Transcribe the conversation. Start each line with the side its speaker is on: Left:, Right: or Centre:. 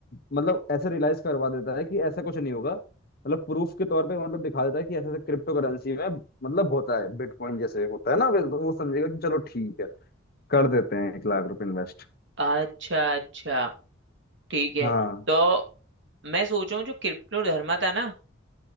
Left: मतलब ऐसे रियलाइज करवा देता है कि ऐसा कुछ नहीं होगा मतलब प्रूफ के तौर पे मतलब दिखा देता है कि ऐसा ऐसा क्रिप्टो करेंसी में मतलब होता है बिटकॉइन जैसे होता है ना वे- तो वो समझेगा कि चलो ठीक है कर देते हैं एक लाख रुपए इन्वेस्ट
Right: अच्छा अच्छा ठीक है
Left: हाँ
Right: तो मैं सोच रहा हूँ जो कृष्णोधर्मा था ना